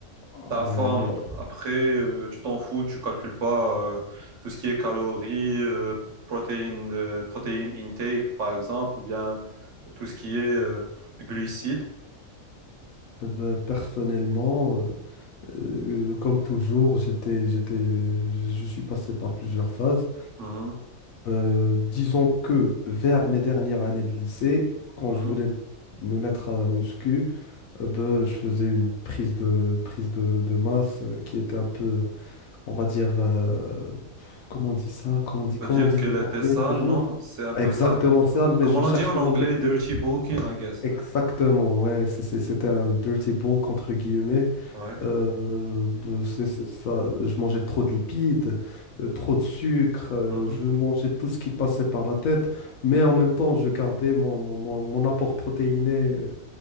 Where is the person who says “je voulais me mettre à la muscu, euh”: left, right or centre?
Left